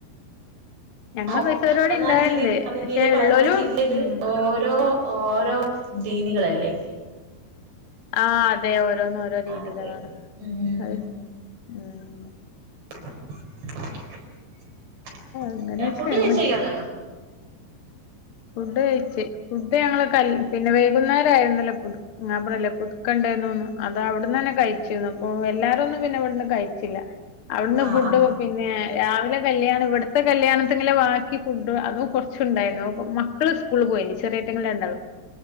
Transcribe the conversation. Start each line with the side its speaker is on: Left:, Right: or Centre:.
Left: ഞങ്ങള്
Right: ഹൊ
Left: പൈസ പരിപാടി
Right: പതിനാല്
Left: ഇണ്ടാവല്ണ്ട്
Right: ജില്ലന്ന് പറഞ്ഞ
Left: പക്ഷെ
Right: കഴിഞ്ഞാൽ പതിനാല്
Left: ഇള്ളോലും
Right: ജില്ലയില്
Left: ഉം
Right: ഓരോ ഓരോ രീതികളല്ലേ
Left: ആ് അതെ ഒ ഓരോന്ന ഓരോ രീതികളാണ്
Right: അതെ ഉം
Left: അതെ ഉം
Right: <inaudible>
Left: അങ്ങനെയൊക്കെയാണ്
Right: ആ ഫുഡ് കയ്ച്ച് കയിഞ്ഞാണോ
Left: ഫുഡ് കഴിച്ച് ഫുഡ് ഞങ്ങള് കൽ പിന്നെ വൈകുന്നേരായിുന്നല്ലോപ്പൊ ങ്ങാ പറല്ലേ പുതുക്കണ്ടേന്ന്ന്നു അത് അവിടന്നന്നെ കഴിച്ചിരുന്നു പ്പൊ എല്ലാരു ഒന്ന് പിന്നെവിടുന്ന് കഴിച്ചില്ല അവിടുന്ന്
Right: ആഹ്
Left: ഫുഡ്
Right: ആഹ്
Left: പിന്നെ രാവിലെ കല്യാണം ഇവിടത്തെ കല്യാണത്തിങ്ങലെ വാക്കി ഫുഡും അതും കൊറച്ചുണ്ടായിരുന്നു മക്കള് സ്കൂള് പോയിന് ചെറിയ <unintelligible>